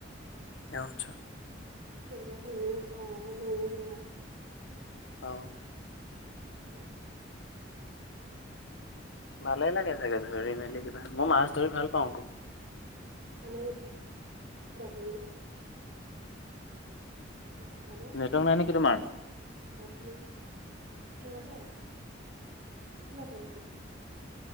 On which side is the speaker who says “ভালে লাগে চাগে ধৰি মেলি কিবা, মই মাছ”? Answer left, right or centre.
Left